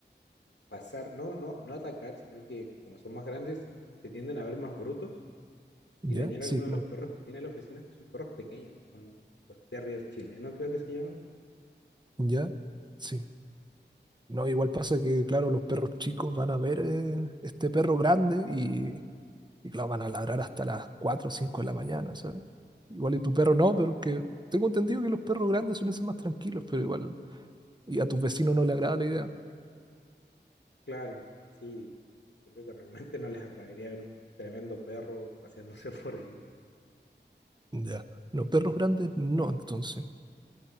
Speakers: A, on the left; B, on the right.
A: pasar, no, no, no atacar, sino que como son más grandes, se, se tienden a ver más brutos
B: ¿Ya?
A: y dañar
B: Sí,
A: a alguno
B: claro.
A: de los perros que tienen los vecinos, que son perros pequeños, son los terrier chilenos, creo que se llaman.
B: ¿Ya? Sí. No, igual pasa que, claro, los perros chicos van a ver eh, este perro grande y, y, claro, van a ladrar hasta las 4 o 5 de la mañana, Igual y tu perro no, pero es que tengo entendido que los perros grandes suelen ser más tranquilos, pero igual, y a tus vecinos no le agrada la idea.
A: Claro, sí, yo creo que realmente no les agradaría ver un tremendo perro paseándose <laughs> por ahí.
B: Ya. Los perros grandes no, entonces.